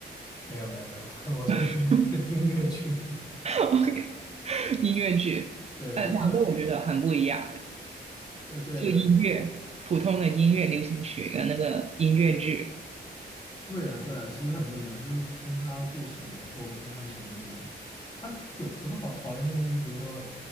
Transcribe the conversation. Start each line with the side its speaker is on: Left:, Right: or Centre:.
Left: 没有没有没有，<laughs> 我是听音乐剧，
Right: <laughs>，OK，音乐剧，
Left: <laughs> 对，
Right: 呃，
Left: 不知道
Right: 两个我觉得很不一样，
Left: 对对
Right: 就音乐，普通的音乐流行曲跟那个音乐剧
Left: 对啊，对啊，其实很不一样，就是听他的故事，然后听他的旋律，他有很好好的音乐剧，比如说，